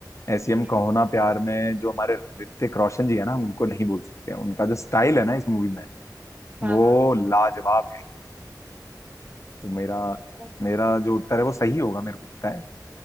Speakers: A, on the left (about 45°); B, on the right (about 20°).
A: ऐसी
B: हम्म
A: हम
B: हम्म।
A: कहो ना प्यार में जो हमारे ऋतिक रोशन जी है ना हम उनको नहीं भूल सकते हैं। उनका जो स्टाइल है ना इस मूवी में
B: हाँ
A: वो
B: हाँ
A: लाजवाब है तो मेरा
B: मतलब
A: मेरा जो उत्तर है वो सही होगा मेरे को लगता है